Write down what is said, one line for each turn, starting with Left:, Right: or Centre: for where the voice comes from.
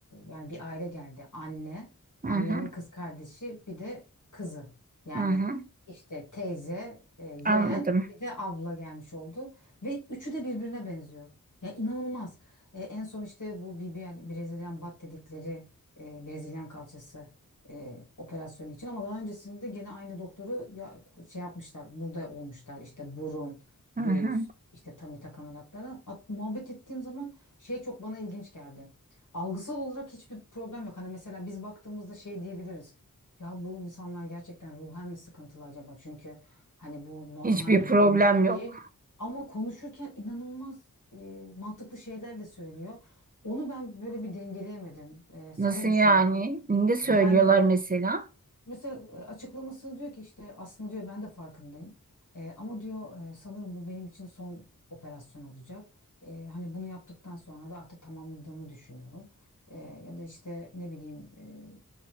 Left: yani bir aile geldi. Anne,
Right: Hı
Left: annenin
Right: hı,
Left: kız kardeşi, bir de kızı. Yani
Right: hı hı,
Left: işte teyze, e, yeğen,
Right: anladım.
Left: bir de abla gelmiş oldu ve üçü de birbirine benziyor. Ya inanılmaz. E, en son işte bu BBL Brezilyan bat dedikleri e, Brezilyan kalçası e, operasyonu için ama daha öncesinde gene aynı doktoru ya, şey yapmışlar burada olmuşlar işte burun,
Right: Hı
Left: göğüs,
Right: hı.
Left: işte tamitak ameliyatları. At, muhabbet ettiğim zaman şey çok bana ilginç geldi. Algısal olarak hiçbir problem yok. Hani mesela biz baktığımızda şey diyebiliriz. Ya bu insanlar gerçekten ruhen mi sıkıntılı acaba? Çünkü hani bu normal
Right: Hiçbir
Left: bir
Right: problem
Left: dokunuş
Right: yok.
Left: değil. Ama konuşurken inanılmaz e, mantıklı şeyler de söylüyor. Onu ben böyle bir dengeleyemedim. E, sen
Right: Nasıl
Left: ne
Right: yani?
Left: düşünüyorsun?
Right: Ne söylüyorlar
Left: Yani
Right: mesela?
Left: Mesela e, açıklaması diyor ki işte aslında diyor ben de farkındayım. E, ama diyor e, sanırım bu benim için son operasyon olacak. E, hani bunu yaptıktan sonra da artık tamamladığımı düşünüyorum. E, ya da işte ne bileyim e,